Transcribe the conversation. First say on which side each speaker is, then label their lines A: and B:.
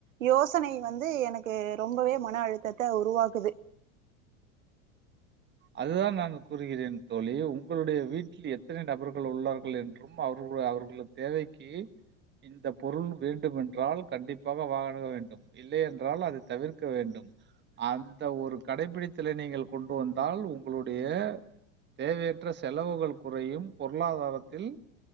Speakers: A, on the right; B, on the right.
A: யோசனை வந்து எனக்கு ரொம்பவே மன அழுத்தத்த உருவாக்குது
B: அதுதான் நான் கூறுகிறேன் தோழி உங்களுடைய வீட்டில் எத்தனை நபர்கள் உள்ளார்கள் என்றும் அவர்குளு அவர்களு தேவைக்கு இந்த பொருள் வேண்டுமென்றால் கண்டிப்பாக வாகனக வேண்டும் இல்லையன்றால் அதை தவிர்க்க வேண்டும் அந்த ஒரு கடைபிடித்தலை நீங்கள் கொண்டு வந் தால் உங்களுடைய தேவையற் ற்ற செலவுகள் குறையும் பொருளாதாரத்தில்